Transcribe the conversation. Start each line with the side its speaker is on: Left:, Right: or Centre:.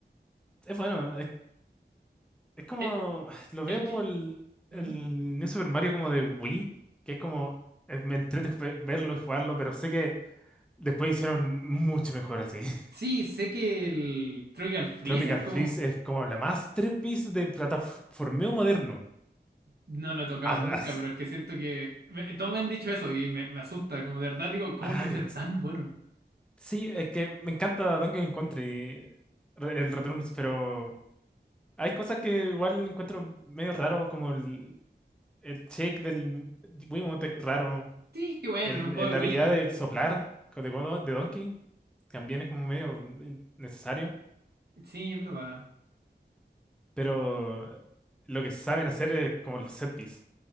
Centre: es bueno, Es como,
Right: El,
Centre: <sighs> lo veo
Right: el
Centre: como
Right: que...
Centre: el,
Right: ¿Mm?
Centre: el New Super Mario como de Wii, que es como, eh, me entrete <laughs> fe- verlo y jugarlo, pero sé que después hicieron mucho mejor así. <laughs>
Right: Sí, sé que el Trivial Freeze
Centre: Tropical
Right: es como...
Centre: Freeze es como la masterpiece de plataformeo moderno.
Right: No lo he tocado
Centre: A-
Right: nunca,
Centre: as-
Right: pero es que siento que me- todos me han dicho eso y me, me asusta, como de verdad digo, ¿cómo
Centre: ah,
Right: puede
Centre: ay,
Right: ser
Centre: es-
Right: tan bueno?
Centre: sí, es que me encanta Donkey Kong Country, re- el Returns, pero hay cosas que igual encuentro medio raro, como el, el shake del Wiimote es raro.
Right: Sí, qué bueno,
Centre: El,
Right: en un juego
Centre: el- la
Right: de Wii,
Centre: habilidad
Right: tú-
Centre: de soplar co- de, Godo- de Donkey también es como medio in- necesario,
Right: sí, es verdad.
Centre: pero lo que saben hacer es como los set piece